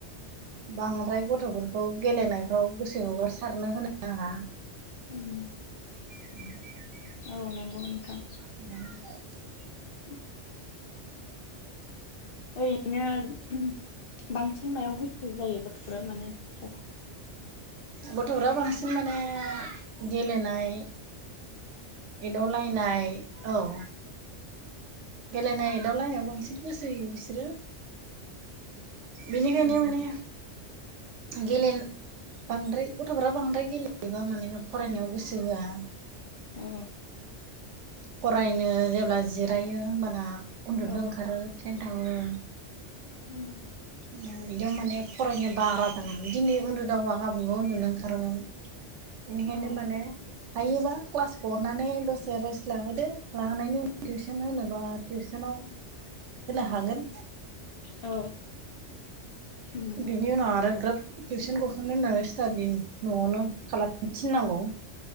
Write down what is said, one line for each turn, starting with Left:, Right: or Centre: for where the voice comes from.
Right: बांद्राय गथ'फोरखौ गेलेनायफ्राव गोसो हगारसारनो होनो नाङा।
Left: उम।
Right: <inaudible>
Left: औ नोंगौ नोंथां।
Right: <inaudible>
Left: ओ रैनो बिदिनो बांसिन मायाव गोसो जायो गथ'फोरा माने? सख
Right: गथ'फोरा बांसिन माने गेलेनाय एदावलायनाय औ गेलेनाय एदावलायनायाव बांसिन गोसो होयो बिसोरो। बिनिखायनो
Left: औ
Right: माने गेले बांद्राय गथ'फोरा बांद्राय गेलेयोबा माने फरायनायाव गोसो होआ।
Left: औ।
Right: फरायनो जेब्ला जिरायो होमबाना उन्दुनो
Left: औ
Right: ओंखारो थेनथ'ओ
Left: उम।
Right: बिदियाव माने फरायनो बाग्रा जानांगोन दिनै उन्दुदावबा गाबोनबो उन्दुनो ओंखारगोन। इनिखायनो
Left: औ
Right: माने हायोबा क्लासखौ गनानै दसे रेस्ट लाहोदो लाहोनायनि उनाव टिउसन होनोबा टिउसनाव होनो हागोन।
Left: औ नंगौ
Right: बिनि उनाव आरो ग्रोब टिउसन गखां बेनो होननानै स्टाडि न'आवनो खालाम थिननांगौ